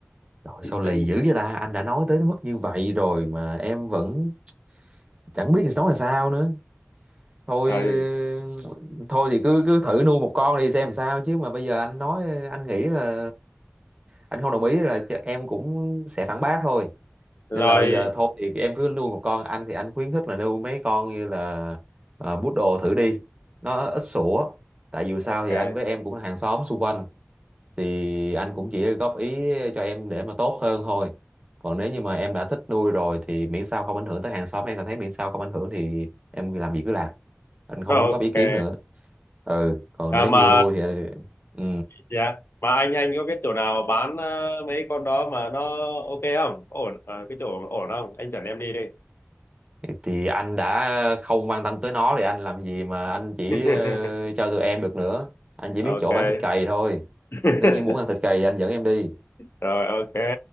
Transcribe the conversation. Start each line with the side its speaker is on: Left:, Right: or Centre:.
Right: rồi sao lì
Left: em
Right: dữ vậy ta anh đã nói tới mức như vậy rồi mà em vẫn chẳng biết nói là sao nữa thôi
Left: rồi
Right: ừ, thôi thì cứ cứ thử nuôi một con đi xem làm sao chứ mà bây giờ anh nói anh nghĩ là anh không đồng ý là ch- em cũng sẽ phản bác thôi
Left: rồi
Right: nên là bây giờ thôi thì em cứ nuôi một con anh thì anh khuyến khích là nuôi mấy con như là uh, bút đồ thử đi nó ít sủa tại dù sao
Left: ok
Right: thì anh với em cũng là hàng xóm xung quanh thì anh cũng chỉ góp ý cho em để mà tốt hơn thôi còn nếu như mà em đã thích nuôi rồi thì miễn sao không ảnh hưởng tới hàng xóm em cảm thấy miễn sao không ảnh hưởng thì em làm gì cứ làm anh không
Left: rồi
Right: đóng góp
Left: ok
Right: ý kiến nữa ừ còn
Left: à,
Right: nếu
Left: mà
Right: như nuôi thì ừ
Left: dạ mà anh anh có biết chỗ nào bán ờ, mấy con đó mà nó ok không ổn Ờ, cái chỗ ổn không anh dẫn em đi đi
Right: thì anh đã không quan tâm tới nó thì anh làm gì mà anh chỉ
Left: <laughs>
Right: ờ, cho tụi em được nữa anh chỉ
Left: ok
Right: biết chỗ bán thịt cầy thôi
Left: <laughs>
Right: nếu như muốn ăn thịt cầy thì anh dẫn em đi
Left: rồi ok